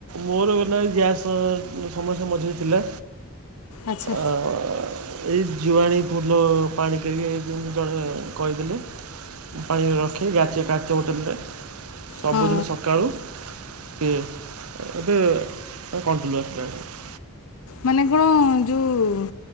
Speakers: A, on the right (about 75°); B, on the left (about 70°).
A: ମୋର ଗଲା ଗ୍ୟାସ ସମସ୍ୟା ମଝିରେ ଥିଲା।
B: ଆଚ୍ଛା
A: <inaudible> ଏଇ ଜୁଆଣି ଫୁଲ ପାଣି କି ଜଣେ କହିଥିଲି ପାଣି ରଖେ କାଚ ବୋଟଲରେ, ସବୁଦିନ
B: ହଁ
A: ସକାଳୁ ପିଏ ଏବେ <unintelligible>
B: ମାନେ କଣ ଯେଉଁ